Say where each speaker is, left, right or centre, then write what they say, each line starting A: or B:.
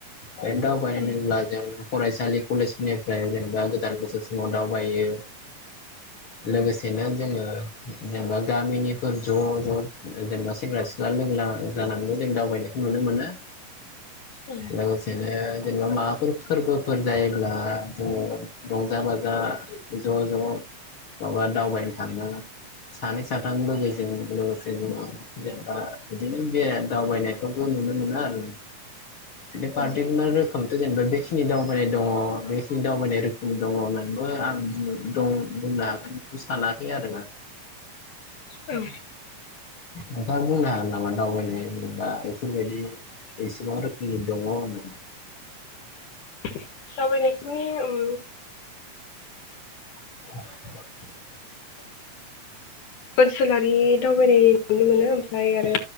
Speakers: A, on the left (about 50°); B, on the left (about 75°).
A: बे दावबाय
B: औ
A: होनोब्ला जों फरायसालि कलेजफोरनिफ्राय जेनेबा गोदान बोसोर समाव दावबायो।
B: औ
A: लोगोसेनो जोङो जेनेबा गामिनिफोर ज' ज' जेनेबा सेंग्रा सिख्ला लोगो ला-जानानैबो जों दावबायनायखौ नुनो मोनो।
B: औ
A: लोगोसेनो जेनेबा माबाफोर फोरबोफोर जायोब्ला जोङो रंजा बाजा ज' ज' माबा दावबायनो थाङो सानै साथाम लोगोजों लोगोसे ज जेनेबा बिदिनो बे दावबायनायखौबो नुनो मोना आरो बे पारटिकुलार
B: औ
A: रोखोमथ जेनबा बे बेखिनि दावबायनाय दङ बेखिनि दावबायनाय रोखोम दङ होननानैबो आं दं बुंनो हागोन बेखौ सानाखै आरोना
B: औ
A: नोंथाङा बुंनो हागोन नामा दावबायनाय दा बेफोरबायदि एसेबां रोखोमनि दङ होननानै
B: <inaudible> दावबायनायफोरनि उम
A: <inaudible>
B: ओनसोलारि दावबायनाय नुनो मोनो ओमफाय आरो